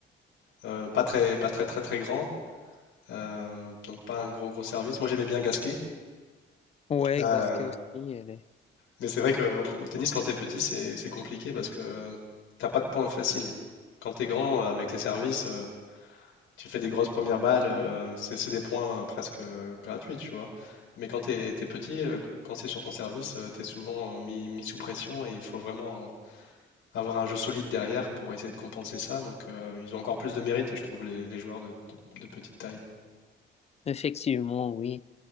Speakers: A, on the left; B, on the left.
A: euh, pas très, pas très, très, très grand, euh, donc pas un gros, gros service. Moi, j'aimais bien Gasquet,
B: Ouais,
A: euh,
B: Gasquet aussi. elle est-
A: mais c'est vrai qu'au au tennis, quand t'es petit, c'est c'est compliqué parce que t'as pas de points faciles. Quand t'es grand, avec les services, euh, tu fais des grosses premières balles, euh, c'est c'est des points euh, presque euh, gratuits, tu vois. Mais quand t'es, t'es petit, euh, quand c'est sur ton service, tu t'es souvent euh, mis, mis sous pression et il faut vraiment euh, avoir un jeu solide derrière pour essayer de compenser ça. Donc euh, ils ont encore plus de mérite, je trouve, les, les joueurs de, de- de petite taille.
B: Effectivement, oui.